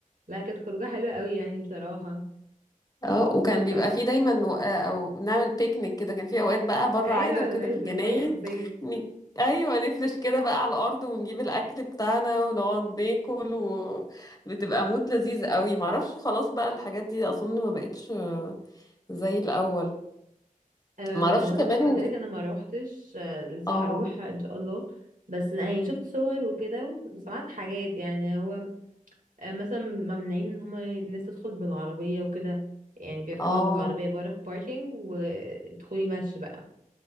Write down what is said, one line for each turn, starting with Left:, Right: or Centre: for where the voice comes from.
Right: لا كانت خروجه حلوه قوي يعني بصراحه
Left: اه وكان بيبقى
Right: ف...
Left: فيه دايما و... آه، او نعمل بيكنيك كده كان في اوقات بقى بره
Right: ايوه
Left: عايده وكده
Right: ده لازم
Left: في الجناين
Right: دي حاجه اساسيه
Left: ن- ايوه نفرش كده بقى على الارض ونجيب الاكل بتاعنا ونقعد ناكل وبتبقى مود لذيذ قوي معرفش خلاص بقى الحاجات دي اظن ما بقتش آه، زي الاول
Right: أم
Left: معرفش
Right: هو انا
Left: كمان
Right: زي ما قلت لك انا ما روحتش آه، لسه
Left: اه
Right: هروح ان شاء الله بس يعني شفت صور وكده وسمعت حاجات يعني هو آه، مثلا ممنوعين ان هما الناس تدخل بالعربية وكده يعني بيركنوا
Left: اه
Right: العربية بره في باركينج وتدخلي مشي بقى